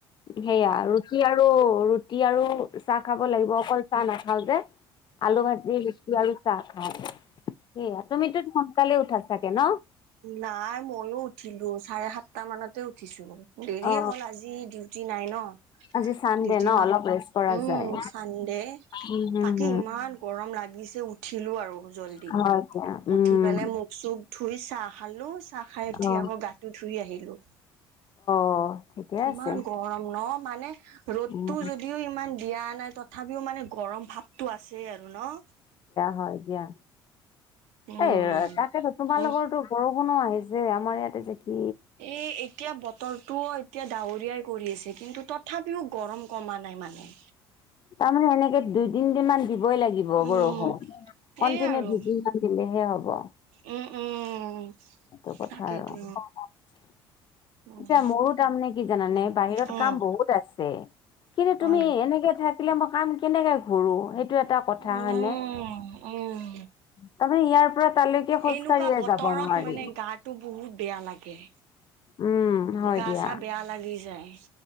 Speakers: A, on the left; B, on the right.
A: সেয়া ৰুটি আৰু ৰুটি আৰু চাহ খাব লাগিব অকল চাহ নাখাওঁ যে আলু ভাজি তিনি জোতিআৰু আৰু চাহ খায় সেয়া তুমিতো সোনকালে উঠা চাগে ন
B: নাই মইয়ো উঠিলো চাৰে সাতটা মানতে উঠিছো দেৰিয়ে
A: অ
B: হল আজি ডিউটি নাই ন
A: আজি চানডে
B: দিউতি ন
A: অলপ ৰেষ্ট কৰা
B: উম
A: যায়।
B: চানডে
A: উম হম
B: তাকে ইমান গৰম লাগে নিজেও উঠিলো আৰু জলদি
A: হম হয় দিয়া উম
B: উঠি পেলে মোক চোখ ধুই চাহ খালো চাহ খাই উঠি
A: অ
B: আকৌ গাটো ধুই আহিলো
A: অ
B: ইমান
A: আছে
B: গৰম ন মানে ৰ'দতো
A: উম
B: যদিও ইমান দিয়া নাই তথাপিও মানে গৰম ভাৱটো আছেই আৰু ন
A: হয় দিয়া
B: উম
A: এ তাকেতো তোমাৰ
B: উম
A: লোকৰো বৰষুণো আহিছে আমাৰ ইয়াতে যে কি
B: এ এতিয়া বতৰটো এতিয়া ডাৱৰীয়াই কৰি আছে কিন্তু তথাপিও গৰম কমা নাই মানে
A: তাৰমানে এনেকে দুই তিনদিন মান দিবই লাগিব বৰষুণ
B: উম
A: কণ্টিনিউ
B: এই আৰু
A: দুদি মান দিলেহে হ'ব
B: উম উম
A: সেইটো কথা
B: তাকেইতো
A: আৰু <unintelligible>
B: উম
A: এতিয়া মোৰো তাৰ মানে কি জানানে
B: উম
A: বাহিৰত কাম বহুত আছে কিন্তু তুমি
B: হয় নেকি
A: এনেকে থাক থাছিলে মই কাম কৰো সেই টো এটা কথা
B: উম
A: হয় ন
B: উম
A: তাৰমানে ইয়াৰ পৰা তালৈকে খোজকাঢ়িয়ে
B: এনেকুৱা বতৰত
A: যাব নোৱাৰি।
B: মানে গাটো বহুত বেয়া লাগে
A: উম হয়
B: গা
A: দিয়া
B: চা বেয়া লাগি যায়